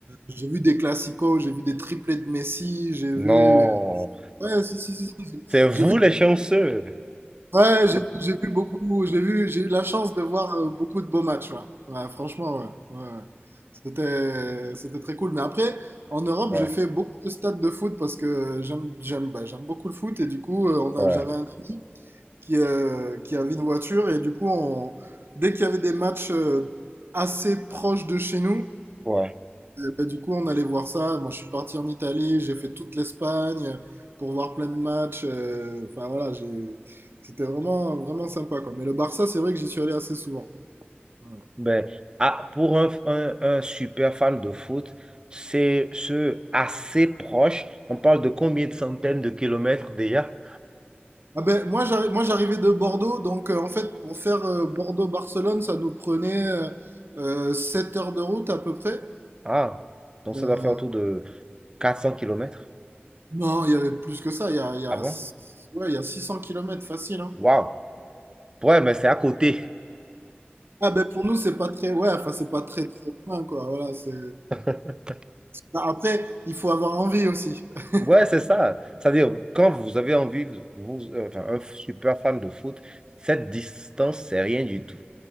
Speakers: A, on the right; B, on the right.
A: j'ai vu des classicos, j'ai vu des triplés de Messi, j'ai vu,
B: non,
A: ouais, si, si, si, si,
B: c'est vous
A: j'ai vu
B: les chanceux.
A: Ouais, j'ai j'ai vu beaucoup, j'ai vu, j'ai eu la chance de voir euh, beaucoup de beaux matchs, ouais. Ouais, franchement, ouais, ouais, ouais. C'était, c'était très cool. Mais après, en Europe,
B: Ouais,
A: j'ai fait beaucoup de stades de foot parce que j'aime, j'aime, bah, j'aime beaucoup le foot et du coup, euh, on
B: ouais,
A: a, j'avais un ami qui, euh, qui avait une voiture et du coup, on, dès qu'il y avait des matchs euh, assez proches de chez nous,
B: ouais.
A: et du coup, on allait voir ça. Moi, je suis parti en Italie, j'ai fait toute l'Espagne pour voir plein de matchs. euh, Enfin, voilà, j'ai... c'était vraiment, vraiment sympa, quoi. Mais le Barça, c'est vrai que j'y suis allé assez souvent. Ouais.
B: Ben, ah, pour un, un- un super fan de foot, c'est ce assez proche. On parle de combien de centaines de kilomètres déjà?
A: Ah ben, moi, j'arri- moi, j'arrivais de Bordeaux, donc euh, en fait, pour faire euh, Bordeaux-Barcelone, ça nous prenait euh, euh, 7 heures de route à peu près.
B: Ah, donc
A: Euh,
B: ça doit faire autour de 400 kilomètres
A: non, il y avait plus que ça. Il y a, il y a,
B: Ah bon?
A: ouais, il y a 600 kilomètres facile, hein.
B: Waouh! Ouais, mais c'est à côté.
A: Ah ben pour nous c'est pas très ouais enfin c'est pas très très loin quoi voilà c'est
B: <laughs>
A: Bah, Après, il faut avoir envie aussi. <laughs>
B: Ouais, c'est ça. C'est-à-dire, quand vous avez envie, vous, euh, enfin, un super fan de foot, cette distance, c'est rien du tout.